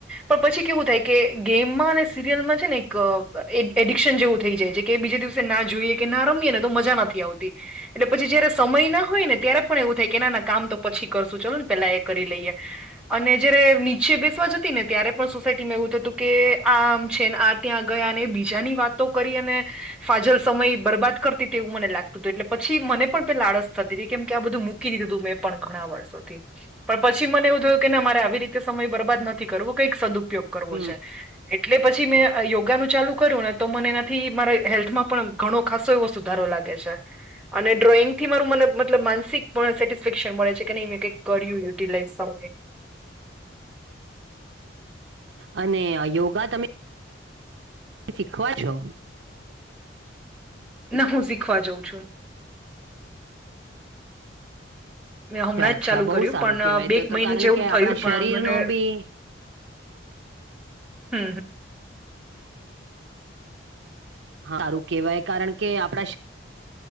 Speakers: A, in the centre; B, on the right.
A: પણ પછી કેવું થાય કે ગેમમાં અને સિરિયલમાં છે ને એક એડિક્શન જેવું થઈ જાય છે કે બીજે દિવસે ના જોઈએ કે ના રમીએ ને તો મજા નથ ઈ આવતી એટલે પછી જયારે સમય ના હોય ને ત્યારે પણ એવું થાય કે નાના કામ તો પછી કરશું ચાલો ને પેલા એ ક રિ લઈએ અને જ્યારે નીચે બેસવા જતિ ને ત્યારે પણ સોસાયટીમાં એવું થ હતું કે આ છે આ ત્યાં ગયા અને એ બીજાની વાતો કરી અને ફાજલ સમય બરબાદ કરતી તેવું મને લાગ તું તું એટલે પછી મને પણ પેલા આળસ થતી તી કેમ કે આ બધું મૂકી દીધું હતું મેં પણ ઘણા વર્ષોથી પણ પ છી મને એવું થયું કે ના મારે આવી રીતે સમય બરબાદ નથી કરવો કંઈક સદુપયોગ કરવો
B: હમ
A: છે. એટલે પછી મેં યોગાનું ચાલુ કરૂ ને તો મને એનાથી મારા હેલ્થમાં પણ ઘણો ખાસો એવો સુધારો લાગ અને ડ્રોઈંગ થી મારુ મન મતલબ માનસિક સેટિસ્ફેક્શન મળે છે કે નઈ મેં કંઈક કર્યું યુટિલાઈઝ સમ
B: અને યોગા તમે તે શીખવા છો.
A: ના હું શીખવા જઉં છું. મેં હમણાં
B: અચ્છા અચ્છા
A: જ ચાલુ
B: બહુ
A: કર્યું
B: સારું
A: પણ
B: કેવાય
A: અ, બે એક
B: તો
A: મહિને
B: કારણ
A: જેવું
B: કે આપણા
A: થયું
B: શરીર
A: પણ મને
B: નો બી
A: હમ્મ.
B: હા સારું કેવાય કારણ કે આપણા શ